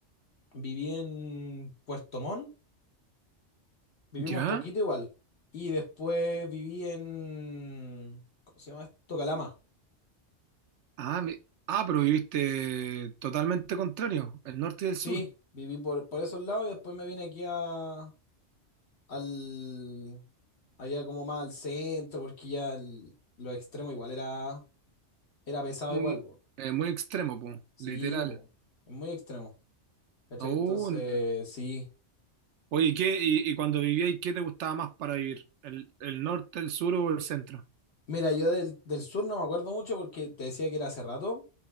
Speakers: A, on the left; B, on the right.
A: Viví en Puerto Montt, vivimos
B: ¿Ya?
A: poquito igual. Y después viví en, ¿cómo se llama esto? Calama.
B: Ah, mi- ah, pero viviste totalmente contrario, el norte y el
A: Sí,
B: sur.
A: viví por, por esos lados y después me vine aquí a, al, allá como más al centro, porque ya el- los extremos igual era, era pesado
B: Muy,
A: igual, bo.
B: eh, muy extremo, pues,
A: Sí,
B: literal.
A: bo, es muy extremo. ¿Cachai?
B: Oh,
A: Entonces,
B: n-
A: sí.
B: oye, ¿y ¿qué? Y, y cuando vivíais, ¿qué te gustaba más para vivir? ¿El, el norte, el sur o el centro?
A: Mira, yo del, del sur no me acuerdo mucho porque te decía que era hace rato,